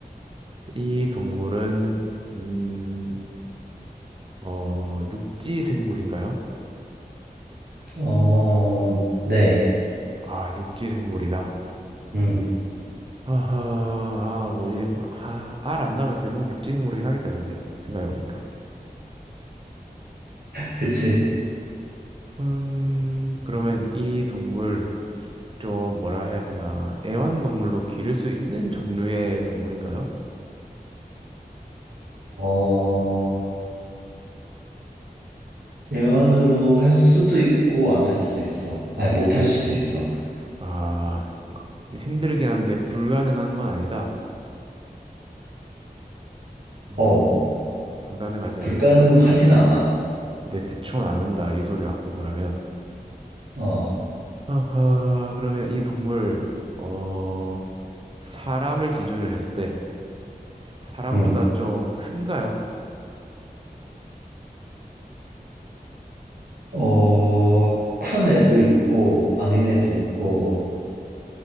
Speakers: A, on the right; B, on the right.
A: 이 동물은, 음, 어, 육지 생물인가요?
B: 어, 어, 네.
A: 아, 육지 생물이다.
B: 음,
A: 아하, 아, 뭐지? 아, 알안 나면 대부분 육지 생물이긴 하겠다, 근데. 생각해보니까.
B: 그치.
A: 음, 그러면 이 동물, 좀 뭐라 해야 되나. 애완동물로 기를 수 있는 종류의 동물인가요?
B: 어, 대화로 할 수도 있고 안 할 수도 있어. 아니
A: 음,
B: 못 할 수도 있어.
A: 아, 힘들긴 한데 불가능한 건 아니다. 음,
B: 어
A: 불가능하진
B: 불가능하진
A: 않다. 그럼.
B: 않아.
A: 근데 대충 안 한다. 이 소리 같고, 그러면.
B: 어
A: 아하, 그러면 이 동물, 어, 사람을 기준으로 했을 때 사람보다
B: 응.
A: 좀 큰가요?
B: 어큰 애도 있고 아닌 애도 있고